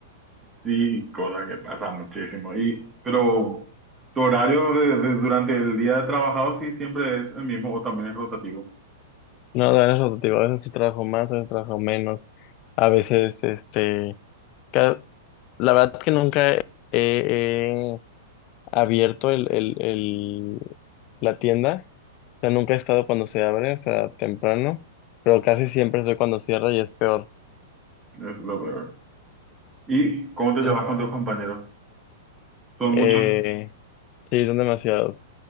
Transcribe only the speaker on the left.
No, de eso te digo, a veces sí trabajo más, a veces trabajo menos, a veces, este, ca- la verdad que nunca he, he abierto el, el, el- la tienda, o sea, nunca he estado cuando se abre, o sea, temprano, pero casi siempre soy cuando cierra y es peor.
Sí,
Eh,
sí, son demasiados.